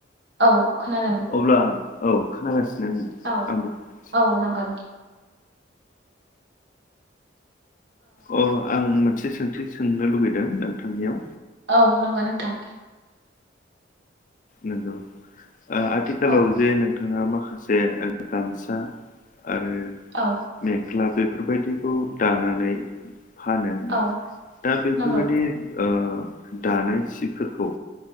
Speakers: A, on the right (about 65°); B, on the left (about 45°).
A: औ खोनादों
B: अब्ला औ खोनागासिनो आङो
A: औ
B: आंबो खोनागासिनो।
A: औ नंगौ नोंथां
B: औ आं मोनसे सोंथि सोंनो लुुबैदों नोंथांनियाव
A: औ नंगौ नोंथां
B: नंगौ ओ आथिखालाव
A: औ
B: जे नों थाङा माखासे गामसा आरो
A: औ
B: मेख्ला बेफोरबायदिखौ दानानै फानो
A: औ
B: दा बेफोरबायदि।
A: नंगौ
B: ओ दानाय सिफोरखौ